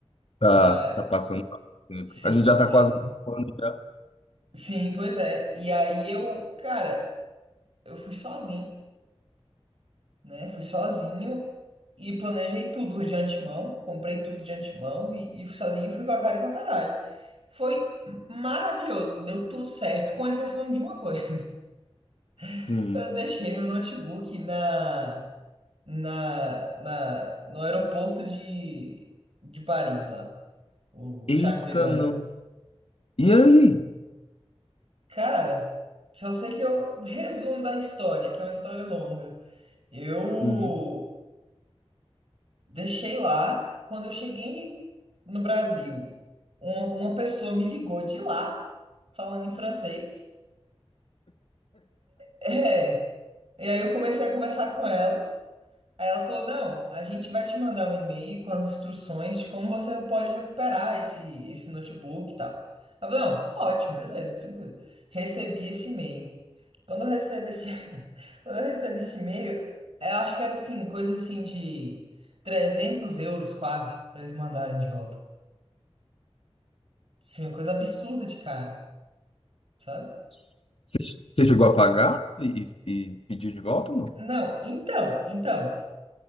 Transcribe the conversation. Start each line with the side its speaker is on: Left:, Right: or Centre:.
Left: tá,
Right: Mas
Left: tá passando rápido o
Right: sim,
Left: tempo. A gente já tá
Right: sim.
Left: quase acabando já.
Right: Sim, pois é. E aí eu, cara, eu fui sozinho, né? Fui sozinho e planejei tudo de antemão, comprei tudo de antemão e, e fui sozinho, fui com a cara e com a caralho. Foi maravilhoso, assim, deu tudo certo, com exceção de uma coisa. <laughs>
Left: Sim.
Right: Eu deixei meu notebook na, na, na, no aeroporto de, de Paris lá, o
Left: Eita,
Right: Charles de Gaulle.
Left: não. E aí?
Right: Cara, só sei que eu resumo da história, que é uma história longa. Eu
Left: Uhum.
Right: deixei lá, quando eu cheguei no Brasil, uma, uma pessoa me ligou de lá, falando em francês. É, e aí eu comecei a conversar com ela. Aí ela falou: Não, a gente vai te mandar um e-mail com as instruções de como você pode recuperar esse, esse notebook e tal. Ela falou: Não, ótimo, beleza, tranquilo. Recebi esse e-mail. Quando eu recebo esse, <laughs> quando eu recebo esse e-mail, eu acho que era assim, coisa assim de 300 euros quase, pra eles mandarem de volta. Sim, uma coisa absurda de cara, sabe?
Left: Você você chegou a pagar e, e pediu de volta, não?
Right: Não, então, então.